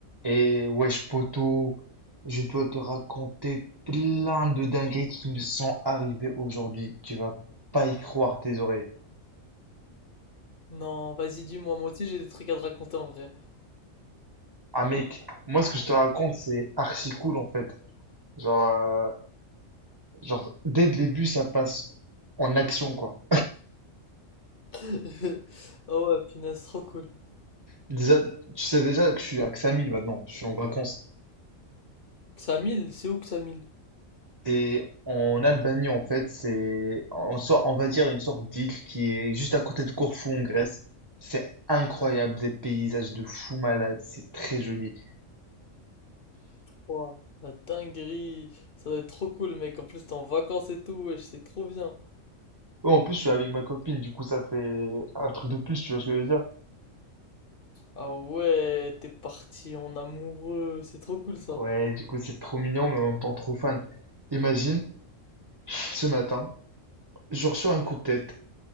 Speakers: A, on the right; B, on the left.
A: Et wesh poto, je dois te raconter plein de dingueries qui me sont arrivées aujourd'hui. Tu vas pas y croire tes oreilles.
B: Non, vas-y, dis-moi, moi aussi j'ai des trucs à te raconter en vrai.
A: Ah mec, moi ce que je te raconte c'est archi cool en fait. Genre, euh, genre dès le début ça passe en action quoi.
B: <laughs> Ah ouais, punaise, trop cool.
A: Déjà, tu sais déjà que je suis à Xamil maintenant, je suis en vacances.
B: Xamil, c'est où Xamil?
A: C'est en Albanie en fait, c'est en sor- on va dire une sorte d'île qui est juste à côté de Corfou en Grèce. C'est incroyable,
B: Punaise,
A: des paysages de fou malade, c'est très joli.
B: Ouah, la dinguerie, ça doit être trop cool, mec. En plus, t'es en vacances et tout, wesh, c'est trop bien.
A: Ouais, en plus je suis avec ma copine, du coup ça fait un truc de plus, tu vois ce que je veux dire?
B: Ah ouais, t'es parti en amoureux, c'est trop cool ça.
A: Ouais, du coup c'est trop mignon, mais en même temps trop fan. Imagine, ce matin, je reçois un coup de tête.